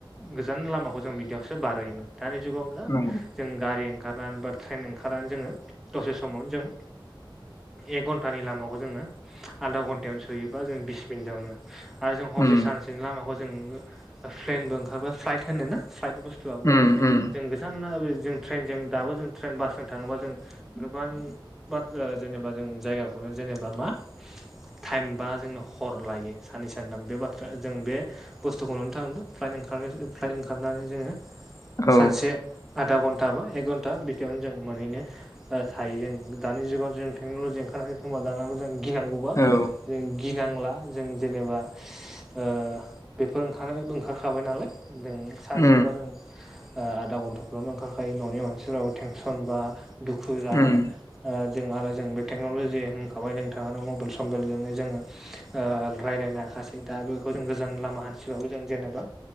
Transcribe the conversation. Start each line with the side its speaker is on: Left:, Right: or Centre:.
Centre: गोजान लामाखौ जों बिदियावसो बारहोयोमोन दानि जुगाव ला
Left: नंगौ
Centre: जों गारि ओंखारनानै बा ट्रेन ओंखारनानै जोंङो दसे समावनो जों एक घन्टानि लामाखौ जोङो आधा घन्टायावनो सौहैयो बा जों बिस मिनिटावनो आरो जों हरसे
Left: उम
Centre: सानसेनि लामाखौ जों फ्लेनबो ओंखारबा फ्लाइट होनो ना फ्लाइट बुस बुस्थुआबो
Left: उम उम
Centre: जों गोजान जों ट्रेनजों दाबो जों ट्रेन बासजों थाङोबा जों गोबांन बाथ्रा जेनेबा जों जायगाखौनो जेनेबा मा टाइमबा जोंनो हर लायो सानैसो बे बाथ्रा जों बे बुस्थुखौ नुनो थांदों फ्लाइट ओंखार फ्लाइट ओंखारनानै जोङो
Left: औ
Centre: सानसे आधा घन्टा बा एक घन्टा बिदियावनो जों मोनैनो ओ थायो जों दानि जुगाव जों टेक्नलजि ओंखारनाय समाव दानो जों गिनांगौबा
Left: औ
Centre: जों गिनांला जों जेनेबा ओ बेफोर ओंखार ओंखारखाबाय नाला दों सानसेबा
Left: उम
Centre: जों ओ आधा घन्टाफ्रनो ओंखारखायो न'नि मानसिफोराबो टेंनसन बा दुखु जाला
Left: उम
Centre: ओ जों आरो जों बे टेक्नलजि होनखाबाय नोंथांआनो मबाइल समबलजोंनो जोङो ओ रायज्लायनो हाखासै दा बेखौ जों गोजान लामा हान्थिबाबो जों जेनेबा